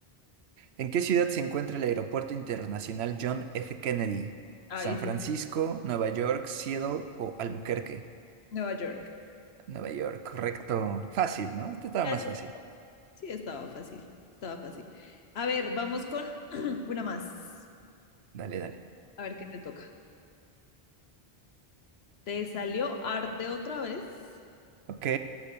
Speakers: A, on the right; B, on the left.
A: ¿En qué ciudad se encuentra el Aeropuerto Internacional John F. Kennedy?
B: Ahí
A: ¿San
B: eso
A: Francisco,
B: es
A: Nueva York, Seattle o Albuquerque?
B: Nueva York.
A: Nueva York, correcto. Fácil, ¿no? Este estaba
B: Gracias.
A: más fácil.
B: Sí, estaba fácil, estaba fácil. A ver, vamos con <clears throat> una más.
A: Dale, dale.
B: A ver qué te toca. Te salió arte otra vez.
A: Ok,